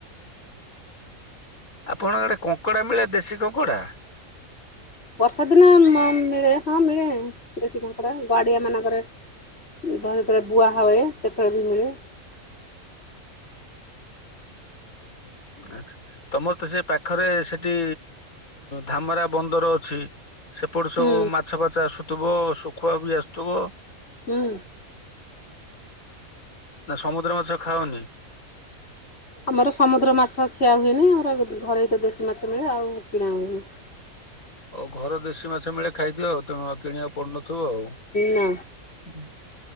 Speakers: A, on the left (about 85°); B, on the left (about 50°).
A: ଆପଣଙ୍କ ଆଡ଼େ କଙ୍କଡା ମିଳେ ଦେଶୀ କଙ୍କଡା ।
B: ବର୍ଷା ଦିନେ ମିଳେ ହଁ ମିଳେ ଦେଶୀ କଙ୍କଡା ଗାଡିଆ ମାନଙ୍କରେ ଯେତେବେଳେ ବୁହା ହୁଏ ସେତେବେଳେ ବି ମିଳେ ।
A: ଆଚ୍ଛା ତମର ତ ସେ ପାଖ ପାଖରେ ସେଠି ଧାମରା ବନ୍ଦର ଅଛି ସେପଟୁ
B: ହୁଁ
A: ସବୁ ମାଛ ଫାଛ ଆସୁ ଥିବ ଶୁଖୁଆ ବି ଆସୁଥିବ
B: ହୁଁ
A: ନା ସମୁଦ୍ର ମାଛ ଖାଅନି?
B: ଆମର ସମୁଦ୍ର ମାଛ ଖିଆ ହୁଏନି ଆମର ଘରୋଇ ତ ଦେଶୀ ମାଛ ମିଳେ ଆଉ କିଣା ହୁଏନି।
A: ଆଉ ଘର ଦେଶୀ ମାଛ ମିଳେ ଖାଇଥିବ ଆଉ ତେଣୁ କିଣିବାକୁ ପଡ଼ୁନଥିବ। ଥିବ ଆଉ।
B: ନା